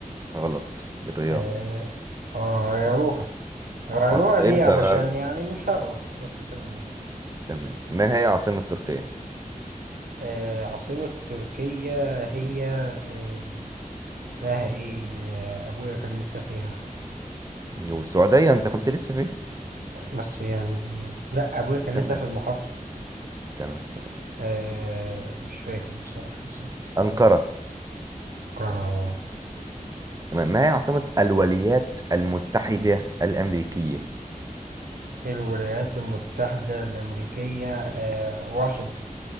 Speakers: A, on the right; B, on the right.
A: غلط الرياض
B: آه، آه، غيروها غيروها
A: ع...
B: ليه
A: امتى
B: علشان
A: بقى
B: يعني مش هغلط بس تمام يعني.
A: تمام ما هي عاصمة تركيا
B: آه، عاصمة تركيا هي آه، اسمها ايه آه، ابويا كان لسه فيها
A: والسعودية انت كنت لسه فيه
B: بس يعني لا ابويا كان
A: تمام
B: لسه في المحافظة
A: تمام تمام
B: آه، مش فاكر بصراحة نسيت
A: أنقرة
B: قرار
A: تمام ما هي عاصمة الولايات المتحدة الأمريكية
B: الولايات المتحدة الأمريكية آه، واشنطن